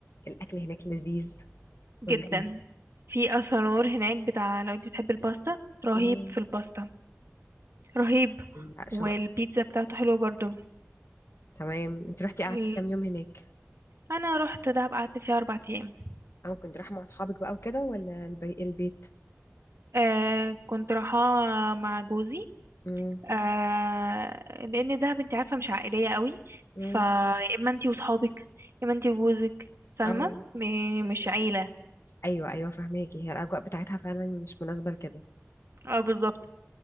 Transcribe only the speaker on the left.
الاكل هناك لذيذ
ولا ايه
مم.
لا شو
تمام انت رحتي قعدتي
كام يوم هناك
او كنت رايحه مع اصحابك بقى وكده ولا البي... البيت
امم
امم
او
ايوه ايوه فهماكي هي الاجواء بتاعتها فعلا مش مناسبه لكده